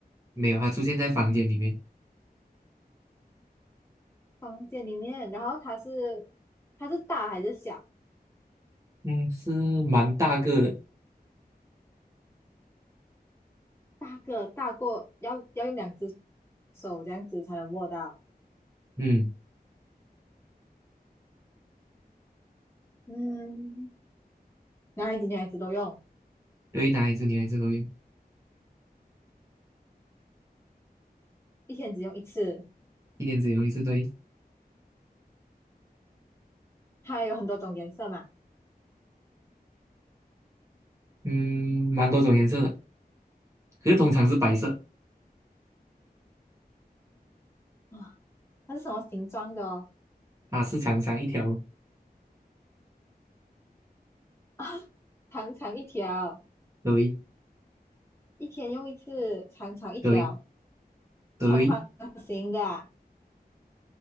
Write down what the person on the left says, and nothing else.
房间里面，然后它是它是大还是小？
大个大过，要要用两只手这样子才能握到。
嗯，男孩子女孩子都用，
一天只用一次。
它有很多种颜色嘛，
啊，它是什么形状的哦？
啊，长长一条，
一天用一次，长长一条，
长方形的啊